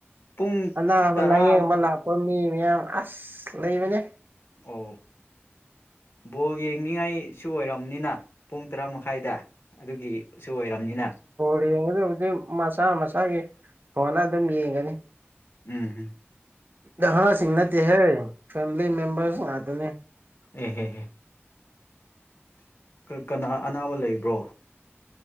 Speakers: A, on the left (about 60°); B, on the right (about 50°).
A: ꯄꯨꯡ
B: ꯑꯅꯥꯕ
A: ꯇꯔꯥ
B: ꯂꯥꯏꯌꯦꯡꯕ ꯂꯥꯛꯄ ꯃꯤ ꯃꯌꯥꯝ ꯑꯁ ꯂꯩꯕꯅꯦ
A: ꯑꯣ ꯕꯣꯜ ꯌꯦꯡꯅꯤꯡꯉꯥꯏꯁꯨ ꯑꯣꯏꯔꯕꯅꯤꯅ ꯄꯨꯡ ꯇꯔꯥ ꯃꯈꯥꯏꯗ ꯑꯗꯨꯒꯤꯁꯨ ꯑꯣꯏꯔꯕꯝꯅꯤꯅ
B: ꯦꯡꯗꯕꯨꯗꯤ ꯃꯁꯥ ꯃꯁꯥꯒꯤ ꯐꯣꯟꯗ ꯑꯗꯨꯝ ꯌꯦꯡꯒꯅꯤ
A: ꯎꯝ ꯎꯝ
B: ꯍꯥ ꯁꯤꯁꯤꯡꯅꯠꯇ ꯍ ꯐꯦꯃꯤꯂꯤ ꯃꯦꯝꯕꯔꯁ ꯉꯥꯛꯇꯅꯤ
A: ꯎ ꯍ ꯀꯅꯥ ꯑꯅꯥꯕ ꯂꯩꯕ꯭ꯔꯣ